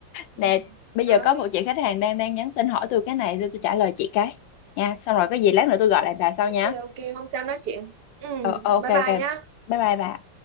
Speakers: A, on the right; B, on the left.
A: ừ.
B: nè bây
A: đấy
B: giờ có một chị khách hàng đang đang nhắn tin hỏi tôi cái này tôi, tôi trả lời chị cái nha xong rồi có gì lát nữa tôi gọi lại bà sau
A: ok
B: nha
A: ok hôm sau nói chuyện ừ
B: ờ, ok
A: bye
B: ok
A: bye nhá
B: bye bye bà